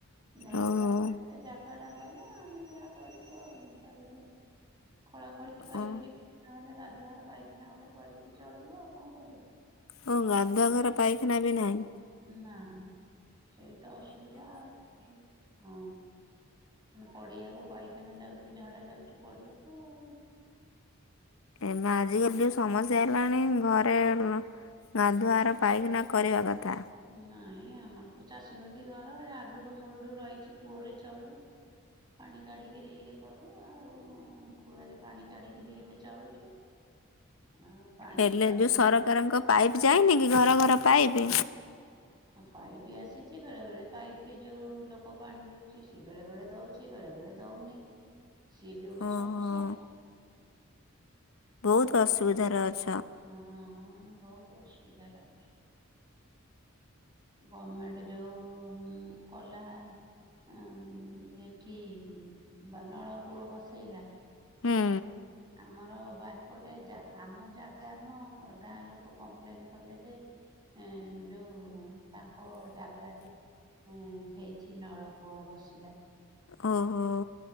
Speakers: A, on the right; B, on the left.
A: ନେଇଗଲା
B: ଓହୋ
A: ପରେ ଏ ଜାଗାଟା ରହିବ ଆମେ ଯା କରିବୁ ଆଉ ତା ଦେହରେ ଖୋଳାଖୋଳି କରିକିରି
B: ଓ
A: ନହେଲେ ଗାଧୁଆ ଘର ପାଇଖାନା ଗୋଟେ କରିକି ଚଳିବୁ ଆଉ କଣ କରିବୁ।
B: ହଁ ଗାଧୁଆଘର ପାଇଖାନା ବି ନାହିଁ।
A: ନା ସେଇ ତ ଅସୁବିଧା ଆଉ ହଁ ପଡ଼ିଆକୁ ପାଇଖାନା ଯାଉଛୁ ଝାଡା ଯାଉଛୁ ପଡ଼ିଆକୁ ଆଉ।
B: ଏବେ ଆଜିକାଲି ଯେଉଁ ସମସ୍ୟା ହେଲାଣି ଘରେ ଲୋ ଗାଧୁଆଘର ପାଇଖାନା କରିବା କଥା
A: ନାଇଁ ଆମର ତ ଚାଷୀ ବଣ୍ଡି ଘର ଆଗରୁ ମୂଳରୁ ରହିଛି କୂଅରେ ଚଳୁ ପାଣି କାଢ଼ିକିରି ଇଏ କରୁ ଆଉ କୂରେ ପାଣି କାଢ଼ିକିରି ଏବେ ଚଳୁଛୁ ଆଉ ପାଣି
B: ହେଲେ
A: ବି କାଢ଼ିକିରି
B: ଯୋଉ ସରକାରଙ୍କ ପାଇପ୍ ଯାଇନି କି ଘର ଘର ପାଇପ୍?
A: ହଁ ପାଇପ୍ ଆସିଛି ବେଳେ ବେଳେ ପାଇପ୍ ଯୋଉ ଲୋକ ପାଣି ଦଉଛି ସିଏ ବେଳେ ବେଳେ ଦଉଛି ଛି ବେଳେ ବେଳେ ଦଉନି। ସିଏ ବି ଗୋଟେ
B: ଓହୋ
A: ସମସ୍ୟା
B: ବହୁତ
A: ଏୟା।
B: ଅସୁବିଧାରେ ଅଛ
A: ହଁ ଆମେ ବହୁତ ଅସୁବିଧାରେ ଅଛୁ। ଗମେଣ୍ଟ ଯୋଉ ହୁଁ କଲା ଉଁ ଏଠି ବା ନଳକୂଅ ବସେଇଲା
B: ହୁଁ
A: ଆମର ବାରିପଟେ ଯା ଆମ ଜାଗା ନୁହଁ ଗାଁ ଲୋକ କମ୍ପ୍ଲେନ କଲେ ଯେ ଏ ଯୋଉ ତାଙ୍କ ଜାଗାରେ ଏଁ ହେଇଛି ନଳକୂଅ ବସିଲା।
B: ଓହୋ